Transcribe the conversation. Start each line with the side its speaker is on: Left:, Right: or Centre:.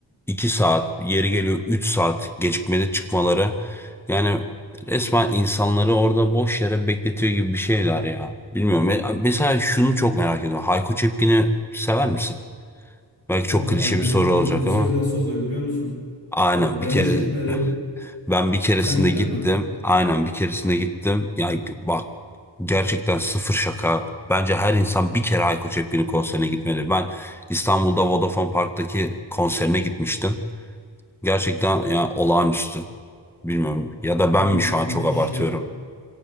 Centre: 2 saat, yeri geliyor 3 saat gecikmede çıkmaları. Yani resmen insanları orada boş yere bekletiyor gibi bir şeyler ya. Bilmiyorum. Me- Mesela şunu çok merak ediyorum. Hayko Cepkin'i sever misin? Belki çok
Left: Abi
Centre: klişe
Left: Hayko
Centre: bir soru
Left: Cepkin'in
Centre: olacak
Left: konseri
Centre: ama.
Left: nasıl oluyor biliyor musun?
Centre: Aynen
Left: Bak ben
Centre: bir kere
Left: hiç gitmedim.
Centre: ben bir keresinde
Left: Sen gittin
Centre: gittim.
Left: mi?
Centre: Aynen bir keresinde gittim. Yani bak gerçekten sıfır şaka. Bence her insan bir kere Ayko Cepkin'in konserine gitmeli. Ben İstanbul'da Vodafone Park'taki konserine gitmiştim. Gerçekten yani olağanüstü. Bilmiyorum ya da
Left: Abi
Centre: ben mi şu
Left: müthiş
Centre: an çok abartıyorum.
Left: ya.